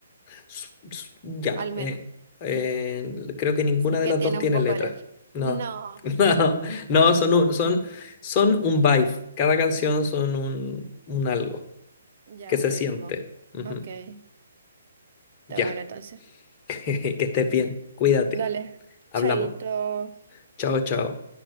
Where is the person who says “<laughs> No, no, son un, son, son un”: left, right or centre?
Left